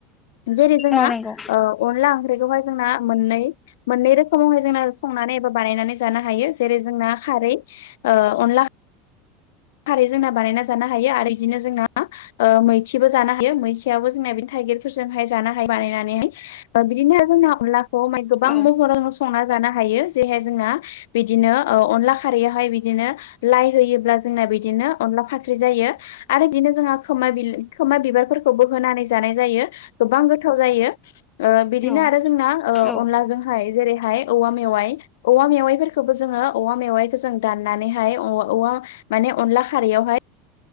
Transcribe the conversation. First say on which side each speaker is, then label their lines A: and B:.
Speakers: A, on the left; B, on the left.
A: जेरै जोंना
B: औ नंगौ
A: ओ अनला ओंख्रिखौहाय जोंना मोननै मोननै रोखोमावहाय जोंना संनानै एबा बानायनानै जानो हायो जेरै जोंना खारै। ओ अनला खारै जोंना बानायना जानो हायो आरो इदिनो जोंना ओ मैखिबो जानो हायो मैखियावबो जोंना बिनो थाइगिरफोरजोंहाय जानो हायो बानायनानैहाय। ओ बिदिनो जोंना अनलाखौ मान गोबां
B: औ
A: महराव संना जानो हायो जेरैहाय जोंहा बिदिनो ओ अनला खारैयावहाय बिदिनो लाइ होयोब्ला जोंना बिदिनो अनला फाख्रि जायो। आरो बिदिनो जोंहा खोमा खोमा बिबारफोरखौबो होनानै जानाय जायो। गोबां गोथाव जायो ओ बिदिनो
B: औ
A: आरो जोंना ओ
B: औ
A: अनलाजों हाय जेरैहाय औवा मेवाइ औवा मेवाइफोरखौबो जोङो औवा मेवाइखौ जों दाननानैहाय <unintelligible> माने अनला खारैयावहाय